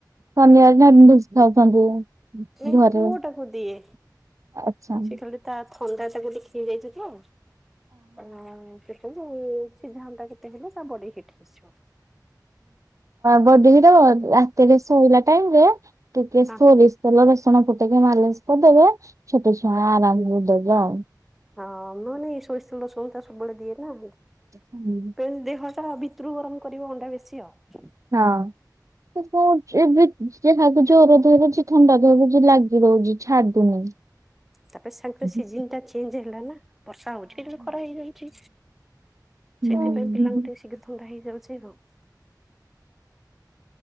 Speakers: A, on the right; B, in the centre.
A: ଶନିବାର <unintelligible>
B: ନାଇଁ
A: ଘରେ।
B: ପୁଅ ଟାକୁ ଦିଏ
A: ଆଚ୍ଛା।
B: ସେ ଖାଲି ତା ଥଣ୍ଡା ଚାାଗ ଟିକ ହେଇଯାଇଛ ତ ଆ ସେ ସିଝାଟା ଅଣ୍ଡା କେତେ ହେଲେ ତା ବଡେଇ ହେଟ୍ ହେଇସିବ।
A: ବଢିର ରାତିରେ ଶୋଇଲା ଟାଇମରେ ଟିକେ
B: ହଁ
A: ସରି ତେଲ ବେସୁଣ ଫୁଟେଇକି ମାଲିସ କରିଦବେ ଛୋଟ ଛୁଆ ଆରାମ ଦେବେ ଆଉ।
B: ହଁ ମୁଁାନାଇ ସୋଷ ରସୁଣ ତା ସବୁବେଳେ ଦିଏ ନା
A: ହୁଁ।
B: ଏ ଦେହଟା କତରୁ ଗରମ କରିବ ଅଣ୍ଡା ବେଶୀ ଆଉ।
A: ହଁ ଏବେ ଯହାକ ଜୋର ହବଛି ଥଣ୍ଡା ଧଥହଛି ଲାଗି ରହୁଛି ଛାଡୁନି
B: ତାପରେ ସାଙ୍କର
A: ହଁ।
B: ସିଜନ ଟା ଚେଞ୍ଜ ହେଲା ନା ବର୍ଷା ହଉଛି ଏ ଖରା ହେଇଯାଉଛି ସେଥିପାଇଁ
A: ହଁ
B: ପିଲାଙ୍କୁ ଟିକେ ଶୀଘ୍ର ଥଣ୍ଡା ହେଇଯାଉଛି ତ